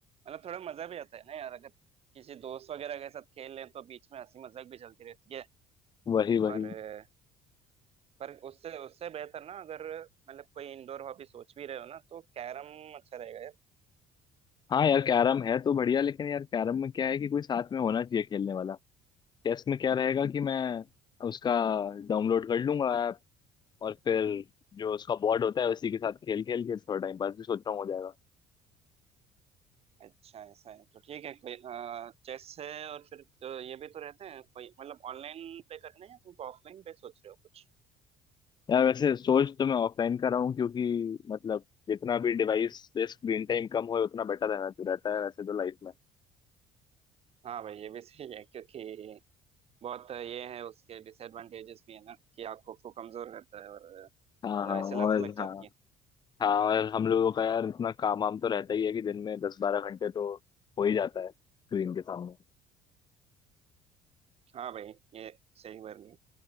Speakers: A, on the right; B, on the left.
A: मतलब थोड़ा मजा भी आता है ना यार अगर किसी दोस्त वगैरह के साथ खेल लें तो बीच में हंसी मजाक भी चलती रहती है
B: वही वही
A: और अ, पर उससे उससे बेहतर ना अगर मतलब कोई इंडोर हॉबी सोच भी रहे हो ना तो कैरम अच्छा रहेगा यार
B: हाँ यार कैरम है तो बढ़िया लेकिन यार कैरम में क्या है कि कोई साथ में होना चाहिए खेलने वाला चेस में क्या रहेगा कि मैं उसका डाउनलोड कर लूंगा ऐप और फिर जो उसका बोर्ड होता है उसी के साथ खेल खेल के थोड़ा टाइम पास भी सोच रहा हूँ हो जाएगा
A: अच्छा ऐसा है तो ठीक है कोई चेस है और फिर अ, ये भी तो रहते हैं कोई मतलब ऑनलाइन पे करने हैं तुम ऑफलाइन पे सोच रहे हो कुछ
B: यार वैसे सोच तो मैं ऑफलाइन कर रहा हूँ क्योंकि मतलब जितना भी डिवाइस पे स्क्रीन टाइम कम हो उतना बेटर रहना तो रहता है वैसे तो लाइफ में
A: हाँ भाई ये भी सही है क्योंकि बहुत ये है उसके डिसएडवांटेजेस भी है ना कि आपको को कमजोर करता है और अ,
B: हाँ
A: मतलब
B: हाँ और
A: ऐसे लत लग जाती
B: हाँ
A: है
B: हाँ और हम लोगों का यार इतना काम वाम तो रहता ही है कि दिन में दस बारह घंटे तो हो ही जाता है स्क्रीन के सामने
A: हाँ भाई ये सही बोल रहे हो